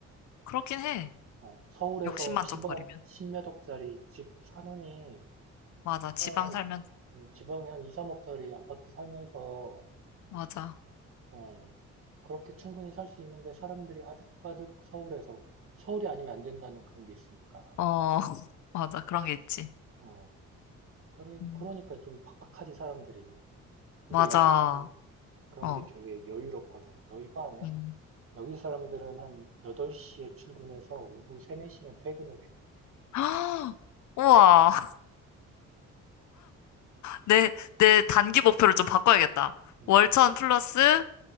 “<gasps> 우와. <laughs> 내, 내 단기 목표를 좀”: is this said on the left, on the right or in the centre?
Left